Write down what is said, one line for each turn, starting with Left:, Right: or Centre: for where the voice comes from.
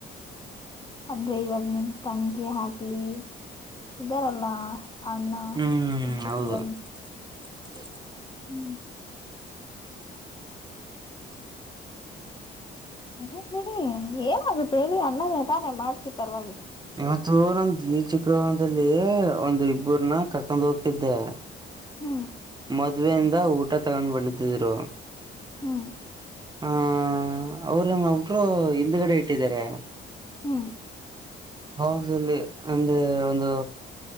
Left: ಅಂದ್ರೆ ಇವಾಗ ನಿಮ ತಂಕಿ ಆಗ್ಲಿ ಇದ್ದಾರಲ್ಲ ಅಣ್ಣ
Right: ಹ್ಮ್
Left: ಒಬರು
Right: ಹೌದು
Left: ಇವ
Right: <unintelligible>
Left: ಹೂ ಇರ್ಲಿಬಿಡಿ ಏನಾಗುತ್ತೆ ಹೇಳಿ ಅಣ್ಣದೇ ತಾನೆ ಮಾಡ್ಸಿ ಪರವಾಗಿಲಾ
Right: ಇವತ್ತು ನಮ ದ್ವಿಚಕ್ರ ವಾಹನದಲ್ಲಿ ಒಂದ್ ಇಬ್ಬರನ್ನ ಕರ್ಕೊಂಡ್ ಹೋಗ್ತಿದ್ದೆ
Left: ಹೂ
Right: ಮದ್ವೆಯಿಂದ ಊಟ ತಗೊಂಡ್ ಬಂದಿದ್ದಿದ್ರು
Left: ಹೂ
Right: ಹ ಅವರು ಒಬ್ರು ಹಿಂದುಗಡೆ ಇಟ್ಟಿದ್ದಾರೆ
Left: ಹೂ
Right: <unintelligible> ಅಂದ್ರೆ ಒಂದು